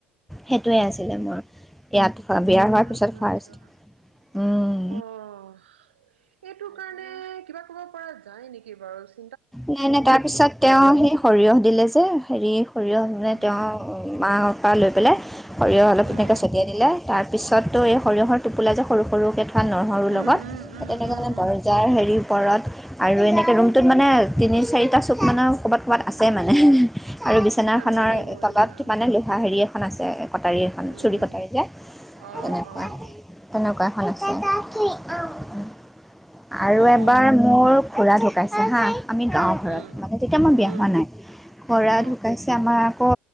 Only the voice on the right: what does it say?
আচ্ছা,
আচ্ছা।
অ' এইটো কাৰণে কিবা কৰিব পৰা যায় নেকি? কেইবাৰ -
উম,
উম,
উম,
উম, উম,
উম,
উম।
নাই ভালেই কৰিছা।
উম,
অ',
অ',
অ', অ', অ',
উম,
উম।
অ',